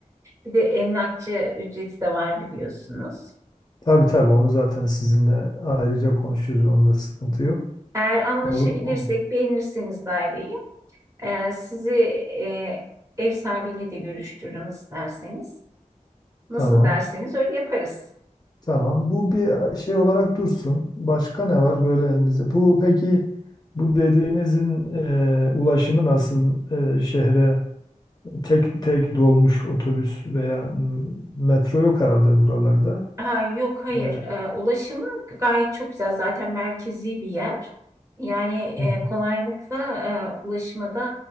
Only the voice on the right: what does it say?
Bir de emlakçı ücreti de var biliyorsunuz.
Eğer anlaşabilirsek,
beğenirseniz daireyi, e, sizi e, ev sahibiyle de görüştürürüm isterseniz. Nasıl
derseniz öyle yaparız.
Ha, yok hayır,
E, ulaşımı gayet çok güzel. Zaten merkezi bir yer. Yani e,
kolaylıkla e, ulaşıma da